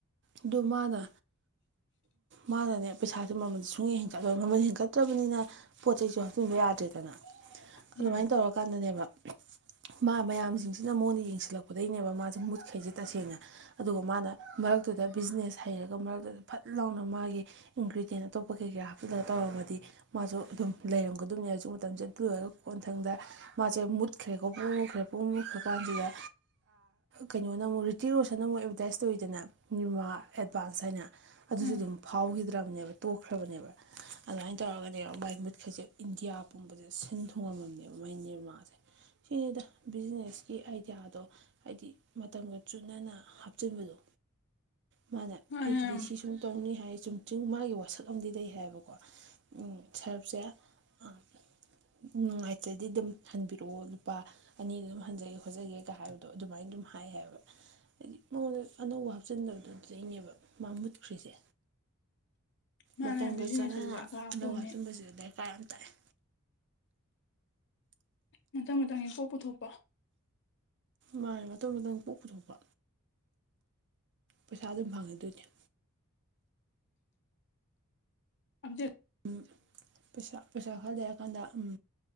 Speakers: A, on the right (about 55°); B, on the left (about 55°).
A: ꯑꯗꯨ ꯃꯥꯅ ꯃꯥꯅꯅꯦ ꯄꯩꯁꯥꯁꯦ ꯃꯃꯜꯁꯦ ꯁꯨꯡ ꯍꯦꯟꯒꯠꯂꯣꯏ ꯃꯃꯜ ꯍꯦꯟꯒꯠꯇ꯭ꯔꯕꯅꯤꯅ ꯄꯣꯠ ꯆꯩꯁꯨ ꯍꯥꯞꯆꯤꯟꯕ ꯌꯥꯗ꯭ꯔꯦꯗꯅ ꯑꯗꯨꯃꯥꯏꯅ
B: ꯎꯝ
A: ꯇꯧꯔꯀꯥꯟꯗꯅꯦꯕ ꯃꯥ ꯃꯌꯥꯝꯁꯤꯡꯁꯤꯅ ꯃꯉꯣꯟꯗ ꯌꯦꯡꯁꯤꯜꯂꯛꯄꯗꯩꯅꯦꯕ ꯃꯥꯁꯦ ꯃꯨꯠꯈꯩꯁꯦ ꯇꯁꯦꯡꯅ ꯑꯗꯨꯒ ꯃꯥꯅ ꯃꯔꯛꯇꯨꯗ ꯕꯤꯖꯤꯅꯦꯁ ꯍꯩꯔꯒ ꯃꯔꯛꯇꯨꯗ ꯐꯠ ꯂꯥꯎꯅ ꯃꯥꯒꯤ ꯏꯟꯒ꯭ꯔꯤꯗꯤꯌꯦꯟ ꯑꯇꯣꯞꯄ ꯀꯩ ꯀꯩ ꯍꯥꯞꯆꯤꯜꯂꯒ ꯇꯧꯔꯝꯃꯗꯤ ꯃꯥꯁꯨ ꯑꯗꯨꯝ ꯂꯩꯔꯝ ꯑꯗꯨꯝꯅꯦ ꯍꯧꯖꯤꯛ ꯃꯇꯝꯁꯦ ꯂꯣꯏꯔꯒ ꯀꯣꯟꯊꯪꯗ ꯃꯥꯁꯦ ꯃꯨꯠꯈ꯭ꯔꯦꯀꯣ ꯄꯨꯡꯃꯨꯠ ꯃꯨꯠꯈ ꯀꯥꯟꯁꯤꯗ ꯀꯩꯅꯣꯅ ꯑꯃꯨꯛ ꯇꯇꯤ ꯔꯣꯁꯟ ꯑꯃꯨꯛ ꯑꯦꯕꯔꯗꯥꯏꯁ ꯇꯧꯋꯤꯗꯅ ꯅꯤꯔꯃꯥ ꯑꯦꯗꯚꯥꯟꯁ ꯍꯥꯏꯅ ꯑꯗꯨꯁꯨ
B: ꯎꯝ
A: ꯑꯗꯨꯝ ꯐꯥꯎꯈꯤꯗ꯭ꯔꯕꯅꯦꯕ ꯇꯣꯛꯈ꯭ꯔꯕꯅꯦꯕ ꯑꯗꯨꯃꯥꯏꯅ ꯇꯧꯔꯒꯅꯦ ꯃꯥꯏ ꯃꯨꯠꯈꯖꯤꯛ ꯏꯟꯗꯤꯌꯥ ꯄꯨꯝꯕꯁꯦ ꯁꯤꯟ ꯊꯨꯡꯉꯝꯃꯝꯅꯦꯕ ꯃꯥꯏ ꯅꯤꯔꯃꯥꯁꯦ ꯁꯤꯅꯤꯗ ꯕꯤꯖꯤꯅꯦꯁꯀꯤ ꯑꯥꯏꯗꯤꯌꯥꯗꯣ ꯍꯥꯏꯗꯤ ꯃꯇꯝꯒ ꯆꯨꯅꯅ ꯍꯥꯞꯆꯤꯟꯕꯗꯣ ꯃꯥꯟꯅꯦ
B: ꯃꯥꯅ
A: ꯑꯩꯒꯤꯗꯤ ꯁꯤ ꯁꯨꯝ ꯇꯧꯅꯤ ꯍꯥꯏ ꯆꯨꯝ ꯆꯤꯡ ꯃꯥꯒꯤ ꯋꯥꯁꯛ ꯑꯃꯗꯤ ꯂꯩ ꯍꯥꯏꯕꯀꯣ ꯁꯔꯞꯁꯦ ꯑ ꯎ ꯅꯨꯡꯉꯥꯏꯖꯗꯤ ꯑꯗꯨꯝ ꯍꯟꯕꯤꯔꯛꯑꯣ ꯂꯨꯄꯥ ꯑꯅꯤ ꯑꯗꯨꯝ ꯍꯟꯖꯒꯦ ꯈꯣꯠꯆꯒꯦꯒ ꯍꯥꯏꯕꯗꯣ ꯑꯗꯨꯃꯥꯏꯅ ꯑꯗꯨꯝ ꯍꯥꯏ ꯍꯥꯏꯕ ꯍꯥꯏꯗꯤ ꯃꯉꯣꯟꯗ ꯑꯅꯧꯕ ꯍꯥꯞꯆꯤꯟꯗꯕꯗꯨꯗꯨꯗꯩꯅꯦꯕ ꯃꯥ ꯃꯨꯠꯈ꯭ꯔꯤꯁꯦ
B: ꯃꯥꯅ
A: ꯃꯇꯝꯒ
B: ꯕꯤꯖꯤꯅꯦꯁ
A: ꯆꯥꯟꯅꯅ
B: ꯑꯁꯤꯗꯤ ꯑꯀꯥ ꯑꯀꯨꯝꯅꯦ
A: ꯑꯅꯧꯕ ꯍꯥꯞꯆꯟꯕꯖꯦ ꯗꯔꯀꯥꯔ ꯌꯥꯝ ꯇꯥꯏꯑꯦ
B: ꯃꯇꯥꯡ ꯃꯇꯡꯒꯤ ꯀꯣꯛ ꯄꯨꯊꯣꯛꯄ
A: ꯃꯥꯅ‌ꯦ ꯃꯇꯝ ꯃꯇꯝꯒꯤ ꯀꫭꯛ ꯄꯨꯊꯣꯛꯄ ꯄꯩꯁꯥ ꯑꯗꯨꯝ ꯐꯪꯉꯦ ꯑꯗꯨꯏꯗꯤ꯫
B: ꯑꯗꯞ <unintelligible>
A: ꯎꯝ ꯄꯩꯁꯥ ꯄꯩꯁꯥ ꯈꯔ ꯂꯩꯔꯀꯥꯟꯗ ꯎꯝ